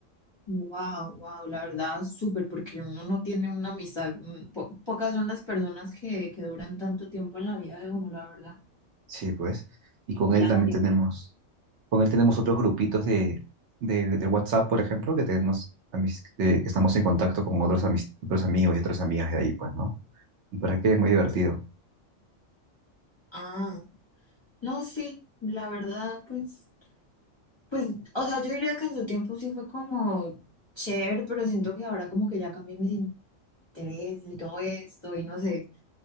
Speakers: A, on the left (about 25°); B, on the right (about 70°).
A: Wow, wow, la verdad, súper, porque uno no tiene una amistad, mm, po- pocas son las personas que, que duran tanto tiempo en la vida de uno, la verdad,
B: Sí, pues. Y con
A: que
B: él
A: ya
B: también
A: no de
B: tenemos,
A: amigos.
B: con él tenemos otros grupitos de, de, de WhatsApp, por ejemplo, que tenemos amis- que que estamos en contacto con otros, amis- otros amigos y otras amigas de ahí, pues, ¿no? ¿Y para qué? Es muy divertido.
A: Ah, No, sí, la verdad, pues, pues, o sea, yo diría que en su tiempo sí fue como chévere, pero siento que ahora como que ya cambié mis intereses y todo esto, y no sé.